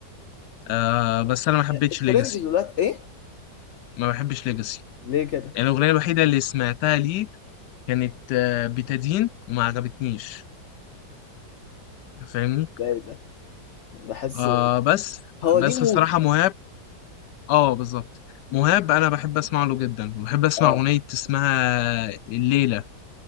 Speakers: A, on the left; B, on the left.
A: آه بس انا ما حبيتش
B: آه، الترند
A: ليجاسي
B: دلوقتي ايه
A: ما بحبش ليجاسي
B: ليه كده
A: يعني الاغنيه الوحيده اللي سمعتها ليه كانت آه بتدين وما عجبتنيش فاهمني
B: ده ايه ده بحسه
A: آه بس
B: هو
A: بس
B: ليه مود
A: الصراحه مهاب اه بالظبط مهاب انا بحب اسمع له جدا وبحب اسمع
B: اه
A: اغنيه اسمها الليله